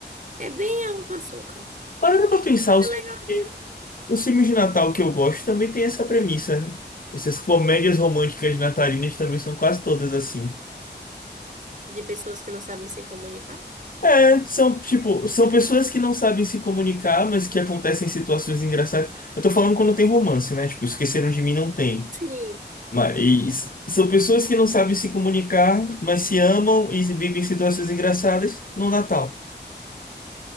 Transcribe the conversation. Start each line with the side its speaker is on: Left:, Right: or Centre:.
Right: É bem água com açúcar.
Left: Parando pra pensar,
Right: Mas
Left: os
Right: É legalzinho.
Left: filmes, os filmes de Natal que eu gosto também tem essa premissa. né? Essas comédias românticas natalinas também são quase todas assim.
Right: De pessoas que não sabem se comunicar?
Left: É, são tipo, são pessoas que não sabem se comunicar, mas que acontecem situações engraçadas. Eu tô falando quando tem romance, né? Tipo, Esqueceram de Mim não tem.
Right: Sim,
Left: Mas são pessoas que não sabem se comunicar, mas se amam e vivem situações engraçadas no Natal.